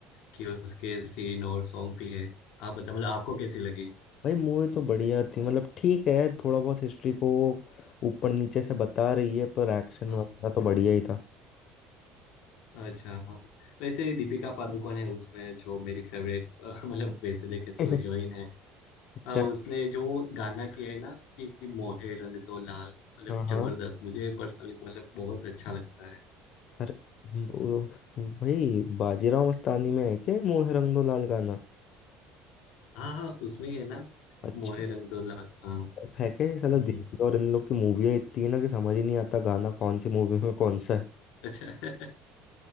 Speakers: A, on the left; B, on the left.
A: कि उसके सीन और सॉन्ग भी है आप बताओ मतलब आपको कैसी लगी
B: भाई मूवी तो बढ़िया थी मतलब ठीक है थोड़ा बहुत हिस्ट्री को ऊपर नीचे से बता रही है पर एक्शन
A: हाँ
B: वगैरह तो बढ़िया ही था
A: अच्छा हाँ हाँ। वैसे दीपिका पादुकोण है उसमें जो मेरी फेवरेट <laughs> मतलब वैसे देखे तो
B: <laughs>
A: हीरोइन है
B: अच्छा
A: हाँ उसने जो गाना किया है ना कि मोहे रंग दो लाल मतलब
B: हाँ
A: जबरदस्त
B: हाँ
A: मुझे पर्सनली मतलब बहुत अच्छा लगता है
B: अरे वो- भाई बाजीराव मस्तानी में है क्या ये मोहे रंग दो लाल गाना
A: हाँ हाँ उसमें ही है ना
B: अच्छा
A: मोहे रंग दो लाल हाँ
B: है क्या ये
A: हम्म
B: साला दीपिका और इन लोग की मूवियाँ इतनी है ना कि समझ ही नहीं आता गाना कौन सी मूवी में कौन सा है
A: अच्छा <laughs>